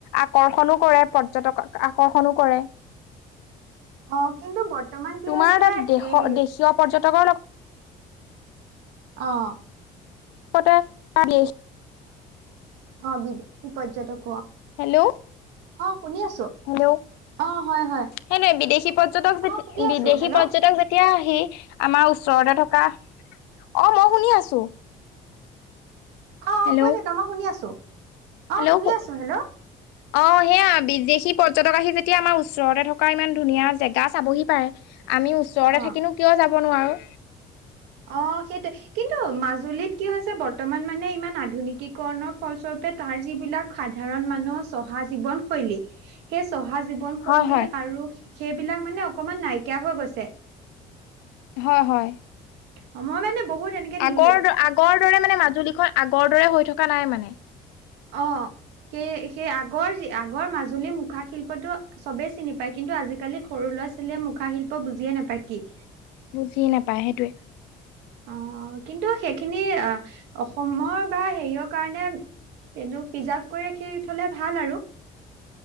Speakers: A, on the left (about 85°); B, on the right (about 80°).
A: আকৰ্ষণো কৰে পৰ্যটকক আকৰ্ষণো কৰে।
B: অ', কিন্তু বৰ্তমান কি
A: তোমাৰ
B: হৈছে
A: তাত দেশ
B: এই
A: দেশীয় পৰ্যটকৰ লগ
B: অ'।
A: <inaudible>
B: অ', বিদেশী পৰ্যটক
A: হেল্ল'।
B: শুনি আছো।
A: হেল্ল'
B: অ', হয়, হয়
A: সেইটোৱে বিদেশী পৰ্যটক যেতি
B: অ', শুনি
A: বিদেশী
B: আছো হেল্ল'
A: পৰ্যটক
B: অ',
A: যেতিয়া সেই আমাৰ ওচৰতে থকা, অ' মই শুনি আছো।
B: অ',
A: হেল্ল'
B: অ', কৈ থাকা মই শুনি আছো। অ',
A: হেল্ল'
B: শুনি আছো হেল্ল!
A: অ', সেয়া বিদেশী পৰ্যটক আহি যেতিয়া আমাৰ ওচৰতে থকা ইমান ধুনীয়া জেগা চাবহি পাৰে। আমি ওচৰতে
B: অ
A: থাকিনো কিয় যাব নোৱাৰো।
B: অ', সেইটো কিন্তু মাজুলীত কি হৈছে বৰ্তমান মানে ইমান আধুনিকীকৰণৰ ফলস্বৰূপ তাৰ যিবিলাক সাধাৰণ মানুহৰ চহা জীৱন শৈলী। সেই চ চহা জীৱনশৈলী
A: হয় হয়
B: আৰু সেইবিলাক মানে অকমান নাইকিয়া হৈ গৈছে।
A: হয়, হয়।
B: অ', মই মানে বহুত এনেকে নিউ
A: আগৰ আগৰ দৰে মানে মাজুলীখন আগৰ দৰে হৈ থকা নাই মানে।
B: অ', সেই সেই আগৰ যি আগৰ মাজুলী মুখা শিল্পতো চবেই চিনি পায়। কিন্তু আজিকালি সৰু ল'ৰা ছোৱালীয়ে মুখা শিল্প ত' বুজিয়েই নাপায় কি?
A: বুজিয়ে নাপায় সেইটোৱে।
B: অ', কিন্তু সেইখিনি অ', অসমৰ বা হেৰিয়ৰ কাৰণে এইদো প্ৰিজাৰ্ভ কৰি ৰাখি থলে ভাল আৰু।